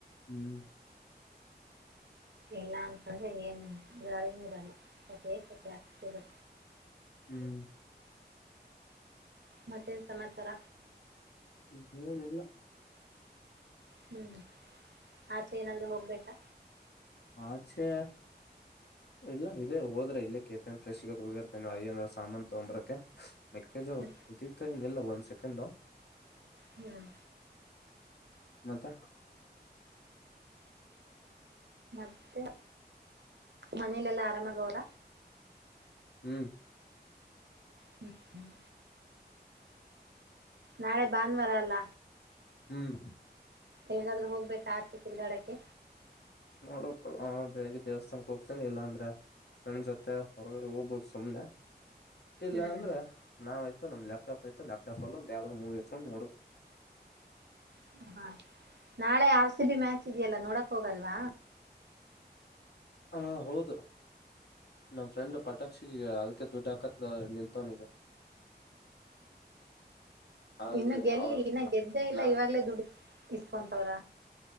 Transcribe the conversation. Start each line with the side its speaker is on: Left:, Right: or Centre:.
Left: ಹ್ಮ್
Right: ಈಲ್ಲಾ ಅಂತಂದ್ರೆ ಏನ್ ಗಾಳಿನೆ ಇರಲ್ಲ <unintelligible>
Left: ಹ್ಮ್
Right: ಮತ್ತೇನ್ ಸಮಾಚಾರ
Left: ಈ ಹೇಳದಿಲ್ಲ
Right: ಹ್ಮ್ ಆಚೆ ಏನಾದರೂ ಹೋಗ್ಬೇಕಾ
Left: ಆಚೆ ಇಲ್ಲ ಇದೇ ಹೋದ್ರೆ ಇಲ್ಲಿ ಕೆಪೆನ್ ಫ್ರೆಶ್ಗೆ ಹೋಗಿರತಿನಿ ಏನಾರ ಸಾಮಾನನ್ ತೊಂಬ್ರಕೆ ಮೆಕ್ಕೆಜೋಳ
Right: ಹ್ಮ್
Left: ಕುದಿ <unintelligible> ಒನ್ ಸೆಕೆಂಡ್
Right: ಹ್ಮ್
Left: ಮತ್ತೆ
Right: ಮತ್ತೆ ಮನೆಲ ಎಲ್ಲ ಆರಾಮ ಮಗೌಡ
Left: ಹ್ಮ್
Right: ಹ್ಮಾ ಹಮ್ ನಾಳೆ ಭಾನುವಾರ ಅಲ್ಲ
Left: ಹ್ಮ್
Right: ಎಲ್ಲಿಗಾದರೂ ಹೋಗ್ಬೇಕಾ ಆಚೆ ತಿರುಗಾಡಕ್ಕೆ
Left: ನೋಡಕ್ ಬೆಳಿಗ್ಗೆ ದೇವಸ್ಥಾನಕ್ ಹೋಗ್ತೇನೆ ಇಲ್ಲಾ ಅಂದ್ರೆ ಫ್ರೆಂಡ್ ಜೊತೆ ಹೊರಗಡೆ ಹೋಗ್ಬೋದು ಸುಮ್ನೆ ಇಲ್ಲ
Right: ಹ್ಮ್
Left: ಅಂದ್ರ ನಾವಯ್ತು ನಮ್ ಲ್ಯಾಪ್ಟಾಪ್ ಆಯ್ತ್ತು ಲ್ಯಾಪ್ಟಾಪ್ ಅಲ್ಲಲ್ಲಿ ಒಂದು ಯಾವ್ದಾದ್ರು ಒಂದು ಮೂವವಿ ಇಸ್ಕೊಂಡು ನೋಡು
Right: <unintelligible> ಹಾ ನಾಳೆ ಆರು ಸಿ ಬಿ ಮ್ಯಾಚ್ ಇದೆಯಲ್ಲಾ ನೋಡಕ್ ಹೋಗಲ್ವಾ
Left: ಹಾ ಹೌದು ನಮ್ ಫ್ರೆಂಡ್ ಪಟಾಕ್ಷಿಗ ಅದಕ್ಕೆ ದುಡ್ಡು ಹಾಕತ್ ನಿತ್ತವೀಗ ಆಲ್ರೆಡಿ
Right: ಇನ್ನು ಗೆಲ್ಲಿ
Left: ಅವ
Right: ಇನ್ನ ಗೆದ್ದೇ ಇಲ್ಲ
Left: ನಾ
Right: ಇವಾಗ್ಲೇ ದುಡಿದ ಇಸ್ಕೊಂತವ್ರ